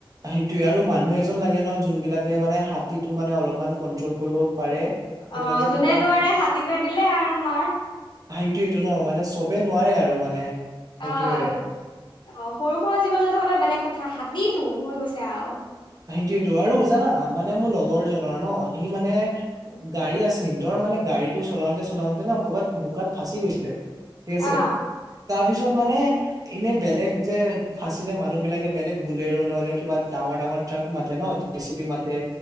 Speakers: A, on the right (about 45°); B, on the left (about 65°).
A: সেইটোয়ে আৰু মানুহ এজন লাগে ন যোন বিলাকে মানে হাতীটো মানে অলপমান কন্ট্ৰল কৰিব পাৰে সেইবিলাক
B: অঁ
A: যে
B: যোনে
A: কিবা
B: নোৱাৰে হাতীটোৱে দিলে আৰু মাৰ
A: সেইটো এইটো ন মানে চবে নোৱাৰে আৰু মানে সেইটোয়ে
B: অ অ সৰু সৰু জীৱ জন্তু হলে বেলেগ কথা হাতীটো হৈ গৈছে আৰু
A: সেইটোয়েতো আৰু জানা মানে মোৰ লগৰ জনৰ ন সি মানে গাড়ী আছে হিহঁতৰ মানে গাড়ীটো চলাওঁতে চলাওঁতে ন ক'বাত বোকাত ফাঁচি গৈছিলে ঠিক আছে
B: অ
A: তাৰ পিছত মানে এনে বেলেগ যে ফাঁচিলে মানুহ বিলাকে বেলেগ বুলে'ৰ নহলে কিবা ডাঙৰ ডাঙৰ ট্ৰাক মাতে ন ডি চি পি মাতে